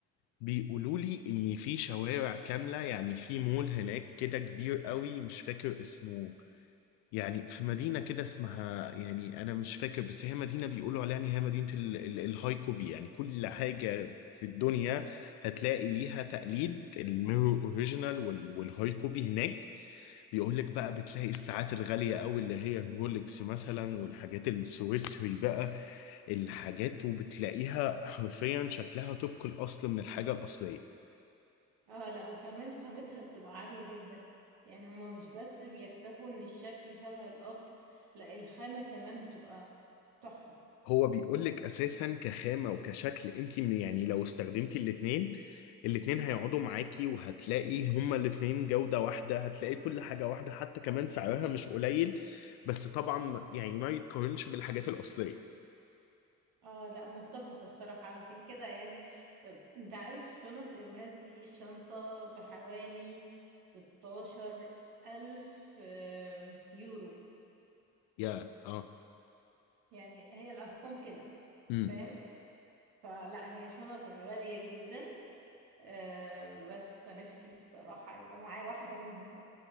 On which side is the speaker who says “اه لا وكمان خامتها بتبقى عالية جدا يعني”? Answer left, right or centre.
Right